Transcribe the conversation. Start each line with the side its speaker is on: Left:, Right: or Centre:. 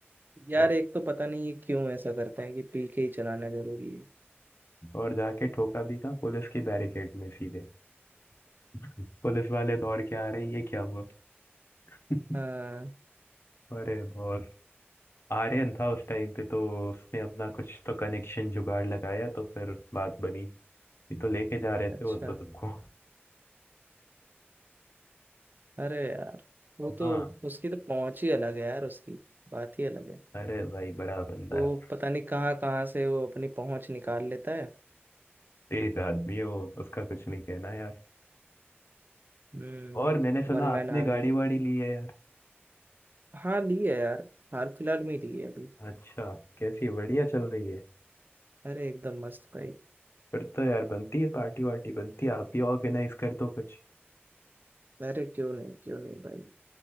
Right: यार
Left: और,
Right: एक तो पता नहीं ये क्यों ऐसा करते हैं कि पी के ही चलाना जरूरी है
Left: और जाके ठोका भी कहाँ पुलिस की बैरिकेड में सीधे <laughs> पुलिस वाले दौड़ के आ रहे ये क्या हुआ <laughs>
Right: हाँ,
Left: अरे बहुत आर्यन था उस टाइम पे तो उसने अपना कुछ तो कनेक्शन जुगाड़ लगाया तो फिर बात बनी ये तो लेके जा रहे
Right: अच्छा
Left: थे वो तो सबको
Right: अरे यार वो
Left: हाँ
Right: तो उसकी तो पहुंच ही अलग है यार उसकी बात ही अलग है
Left: अरे भाई बड़ा बंदा
Right: वो
Left: है
Right: पता नहीं कहाँ कहाँ से वो अपनी पहुंच निकाल लेता है
Left: तेज आदमी है वो उसका कुछ नहीं कहना यार
Right: हम्म
Left: और मैंने सुना
Right: One
Left: आपने
Right: man army
Left: गाड़ी वाड़ी ली है यार
Right: हाँ ली है यार हाल फिलहाल में ही ली है अभी
Left: अच्छा कैसी बढ़िया चल रही है
Right: अरे एकदम मस्त भाई
Left: फिर तो यार बनती है पार्टी वार्टी बनती है आप भी ऑर्गेनाइज कर दो कुछ
Right: अरे क्यों नहीं क्यों नहीं भाई